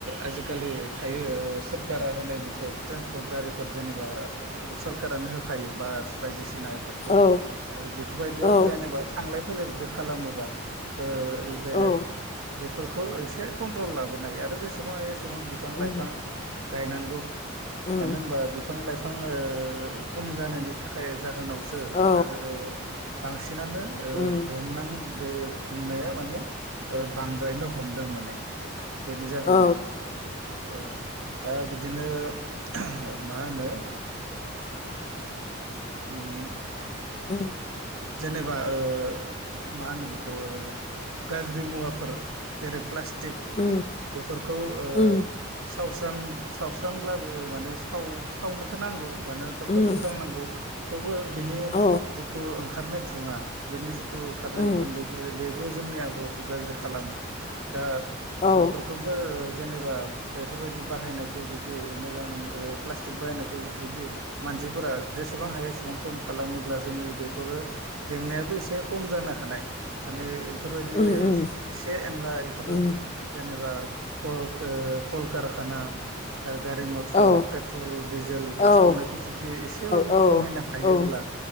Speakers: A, on the right (about 75°); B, on the left (about 30°).
A: आजिखालि थायो सोरखारा होनाय मोनसे ट्रन्सपर्ट गारिफोर जेनेबा सरकानो हो आ खायो बास बायदिसिना एफोरखौ
B: औ
A: आरो बेफोरबायदियाव
B: औ
A: जेनेबा थांलाय फैलाय जुदि खालाम खालामोबा ओ बे
B: औ
A: बेफोरखौ एसे कन्ट्रल लाबोन हायो आरो जेसेबां हायो एसेबां बिफां
B: उम
A: लाइफां गायनांगौ
B: उम
A: मानो होनबा बिफां लाइफां ओ खम जानायनि थाखाय जाहोनावसो
B: औ
A: आरो ओ बांसिनानो ओ
B: उम
A: बुहुमनां बे दुंनाया माने ओ बांद्रायनो हमदों माने बेनि जाहोनावनो
B: औ
A: औ दा बि बिदिनो <unintelligible> मा होनो उम।
B: <unintelligible>
A: जेनेबा ओ मा होनो बे खौ ओ गाज्रि मुवाफोर जेरै प्लास टिक
B: उम
A: बेफोरखौ ओ
B: उम
A: सावस्रां सावस्रांब्लाबो माने साव सावनोथ' नांगौ मानो एखौ
B: उम
A: फोजोबस्रांनांगौ थेवबो बिनि
B: औ
A: जिथु ओं ओंखारनाय घुङा बेनि जिथु खारनाय
B: उम
A: उखोन्दै बे बेबो जोंनि आबहावाखौ गाज्रि खालामो। दा
B: औ
A: बेफोरखौबो जेनेबा बेफोरबायदि बाहायनायखौ जुदि मोजां ओ प्लास्टिक बाहायनायखौ जुदि मान जिफोरा जेसेबां हायो एसेबां खम खालामोब्ला जोंनि बेफोरो जेंनायाबो एसे खम जानो हानाय माने बेफोरबायदि
B: उम उम
A: एसे एनला एफोरो
B: उम
A: जेनेबा कलखो कलकारखाना। ओ गारि मथर
B: औ
A: पेट्रल डिजेल बेफोर
B: औ
A: सावनायखौ जुदि एसेबाबो
B: औ
A: खमायनो हायोब्ला।
B: औ